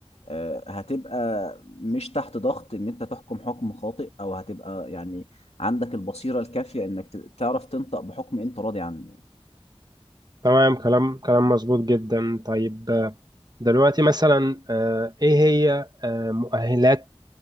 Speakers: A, on the left; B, on the right.
A: آه، هتبقى مش تحت ضغط ان انت تحكم حكم خاطئ او هتبقى يعني عندك البصيرة الكافية انك ت- تعرف تنطق بحكم انت راضي عنه
B: تمام كلام كلام مظبوط جدا طيب آه، دلوقتي مثلا آه، ايه هي آه، مؤهلات